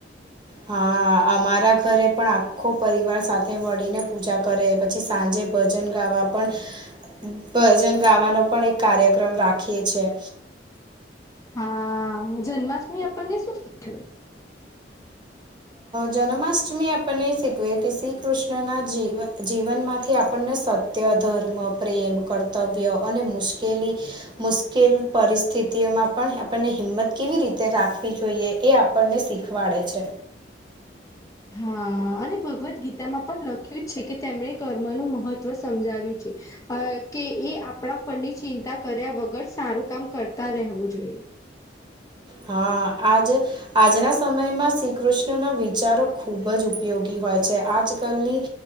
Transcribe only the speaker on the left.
હા જન્માષ્ટમી આપણને શું શીખ્યું
હા અને ભગવદ ગીતામાં પણ લખ્યું જ છે કે તેમણે કર્મનુંું મહત્વ સમજાવ્યું છે અ કે એ આપણા ફનની ચિંતા કર્યા વગર સારું કામ કરતા રહેવું જોઈએ